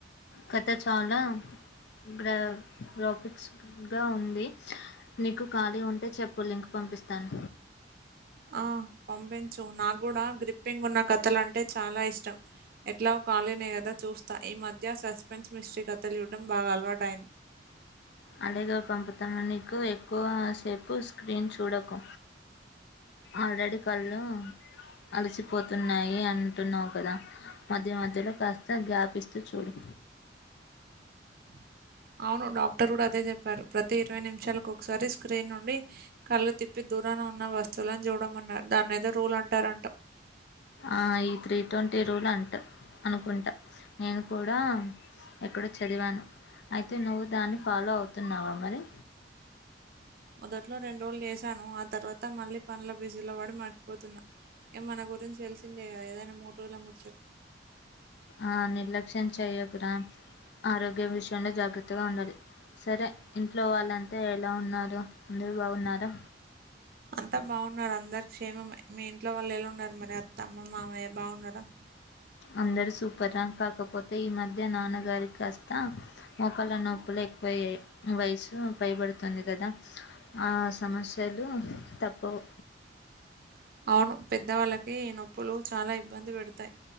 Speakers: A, on the left; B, on the right.
A: కథ చాలా బ్రా గ్రాఫిక్స్గా ఉంది. నీకు ఖాళీ ఉంటే చెప్పు లింక్ పంపి పిస్తాను.
B: ఆ పంపించు నాక్ గుడా గ్రిప్పింగ్ ఉన్న క థలంటే అంటే చాలా ఇష్టం ఎట్లా కాలీనే కదా చూస్తా ఈ మధ్య సస్పెన్స్ మిస్ట్రీ కథలు చూడ్డం బాగా అలవాటైం
A: అలాగ పంపుతాను నీకు ఎక్కువ సేపు స్క్రీన్ చూడకు ఆల్రెడీ కళ్ళు అలసిపోతున్నాయి అంటున్నావు కదా మధ్య మధ్యలో కాస్త గ్యాపిస్తూ చూడు.
B: <inaudible> అవును డాక్టర్ గుడా అదే చెప్పారు. ప్రతి ఇరవై నిమిషాలకు ఒకసారి స్క్రీన్ నుండి కళ్ళు తిప్ పి దూరాన ఉన్న వస్తువులన్ చూడమన్నారు దాన్నేదో రూల్ అంటారంట.
A: ఆ ఈ త్రీ ట్వంటీ రూల్ అంట అనుకుంట నేను కూడా ఎక్కడో చదివాను అయితే నువ్వు దాన్ని ఫాలో అవుతున్నావా మరి
B: మొదట్లో రెంరోజులు చేశాను ఆ తర్వాత మళ్ళీ పండ్ల బిజిలో పడి మ పోతున్నా ఇంక మన గురించి తెలిసిందే కదా ఏదైనా మూడు రోజుల ముచ్చ
A: ఆ నిర్లక్ష్యం చేయ్యకురా ఆరోగ్య విషయంలో జాగ్రత్తగా ఉండాలి సరే ఇంట్లో వాళ్ళంతే ఎలా ఉన్నారు అందరు బాగున్నారా
B: అంతా బాగున్నారు అందరు క్షేమమె మీ ఇంట్లో వాళ్ళు ఎళ ఉన్నారు మరి అత్త అమ్మ మామయ్య బాగున్నారా
A: అందరుూ సూపర్ రా కాకపోతే ఈ మధ్య నాన్నగారి కాస్త మొక్కళ్ల నొప్పులు ఎ పో వయసు పైబడుతుంది కదా ఆ సమస్యలు తప్పవ్
B: <inaudible> అవును పెద్దవాళ్ళకి నొప్పులు చాలా ఇబ్బంది పెడతాయి